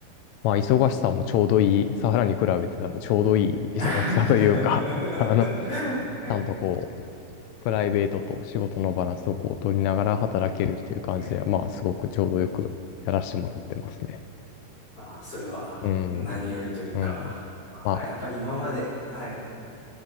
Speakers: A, on the left; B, on the left.
A: まあ、忙しさもちょうどいい、サハラに比べて多分ちょうどいい忙しさというか
B: <laughs>
A: <laughs> あの、ち
B: ね、
A: ゃんとこう、プライベートと仕事のバランスをこう取りながら働けるっていう感じでは、
B: ね。
A: まあ、すごくちょうどよくやらせてもらってますね。
B: まあ、それは何よりというか、
A: うん。うん。
B: まあやっぱり今まで、
A: まあ
B: はい。